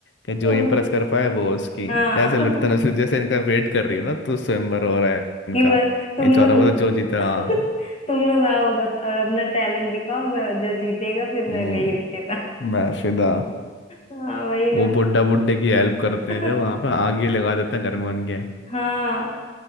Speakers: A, on the left; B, on the left.
A: क्या जो
B: ओ,
A: इम्प्रेस कर पाए वो उसकी
B: हाँ
A: जैसे लड़-
B: <laughs>
A: तनुश्री जैसे इनका वेट कर रही हो ना तो स्वयंवर हो रहा है इनका
B: कि बस तुम
A: इन चारों
B: लोग
A: में से जो जीता
B: <laughs>
A: हाँ
B: तुम लोग आओ बस और अपना टैलेंट दिखाओ मैं जो जीतेगा फिर
A: हम्म,
B: मैं गई उसके साथ
A: मैं फिदा
B: हाँ वही ना
A: वो बुड्ढा बुड्ढे की हेल्प करते
B: <laughs>
A: हैं जब वहाँ पे आग ही लगा देते हैं घर में उनके
B: हाँ